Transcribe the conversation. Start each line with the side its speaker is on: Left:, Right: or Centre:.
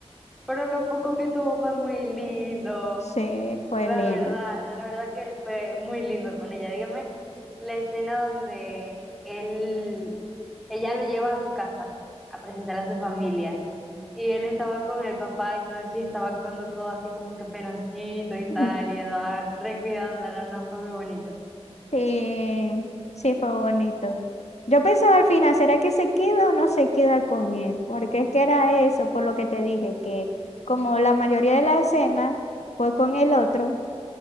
Centre: pero lo poco que tuvo fue muy lindo.
Left: Sí, fue
Centre: La
Left: lindo.
Centre: verdad, la verdad que él fue muy lindo con ella. Dígame, la escena donde él, ella lo lleva a su casa a presentar a su familia y él estaba con el papá y todo eso y estaba actuando todo así como que penosito y
Left: Ujú.
Centre: tal y andaba recuidándola, no, fue muy bonito.
Left: Sí, sí fue bonito. Yo pensaba al final, ¿será que se queda o no se queda con él? Porque es que era eso, por lo que te dije, que como la mayoría de las escenas fue con el otro,